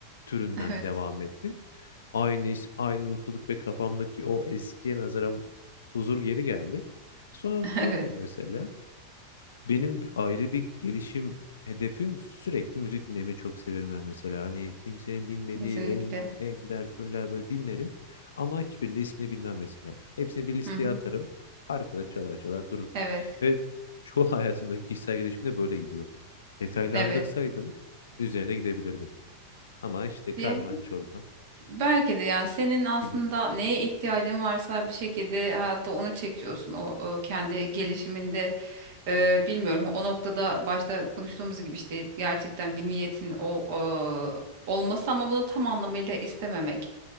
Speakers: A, on the left; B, on the right.
A: türünden
B: Evet.
A: devam ettim. Aynı his, aynı mutluluk ve kafamdaki o eskiye nazaran huzur geri geldi. Sonra
B: <laughs> Evet.
A: durdum mesela. Benim bir- ayrı bir gelişim hedefim sürekli müzik dinlemeyi çok severim ben mesela. Hani kimsenin bilmediği
B: Kesinlikle.
A: en ender türler böyle dinlerim. Ama hiçbirinde ismini bilmem mesela. Hepsini bir listeye
B: Hı hı.
A: atarım. Arkada çalar çalar durur.
B: Evet.
A: Ve çoğu <laughs> hayatımdaki kişisel gelişimde böyle gidiyor. Detaylandırsaydım
B: Evet.
A: üzerine gidebilirdim. Ama işte
B: Diye
A: karman çorba
B: Belki de yani senin aslında
A: gibi.
B: neye ihtiyacın varsa bir şekilde hayatta onu çekiyorsun. O, e, kendi gelişiminde e, bilmiyorum o noktada başta konuştuğumuz gibi işte gerçekten bir niyetin ol, e, olması ama bunu tam anlamıyla istememek.